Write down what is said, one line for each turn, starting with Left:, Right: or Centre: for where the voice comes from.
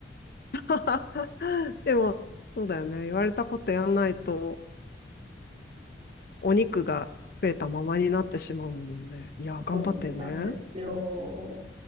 Left: <laughs> でも、そうだよね。言われたことやんないと、お肉が増えたままになってしまうもので、いや、頑張ってね。
Right: そうなんですよ。